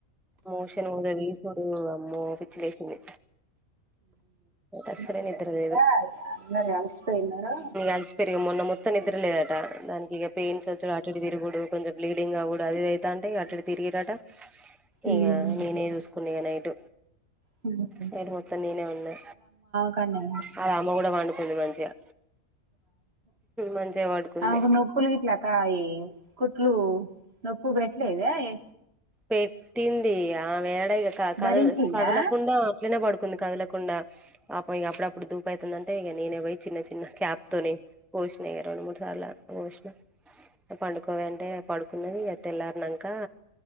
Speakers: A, in the centre; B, on the right (about 45°).
A: మోషన్ పోతే తీసుడు అమ్మో పిచ్చి లేసింది అసలే
B: పిల్లలు
A: నిద్ర లేదు
B: కదా అందరు అలసిపోయినారు
A: అలిసిపోయిన మొన్న మొత్తం నిద్ర లేదట దానికి ఇక పెయిన్స్ వచ్చడు అటు ఇటు తిరగుడు కొంచెం బ్లీడింగ్ అవ్వడు అది ఇది అయ్యితాంది ఇగ అటు ఇటు తిరిగి అట
B: ఉమ్
A: ఇగ నేనే చూసుకున్న ఇగ నైటు
B: హ
A: నైట్ మొత్తం నేనే ఉన్నా
B: కన్నా
A: అల్ల అమ్మ కూడా వండు కొద్ది మంచిగా మంచిగా పడుకుంది
B: ఆమెకు నొప్పులు గుట్లా కాయి కుట్లు నొప్పు పెట్టలేద ఏ
A: పెట్టింది ఆ మే ఇగ కదు
B: భరించిందా
A: కదలకుండా అట్లనే పడు కొన్ని కదలకుండా పాప ఇక అప్పుడప్పుడు దూప ఐతుంది అంటే ఇగ నేనే పోయ్ చిన్న చిన్న క్యాప్తోనే పోస్ నే రొండు మూడు తలకు పోషినా పండుకోవె అంటే పడుకున్నది ఇగ తెల్లారనంక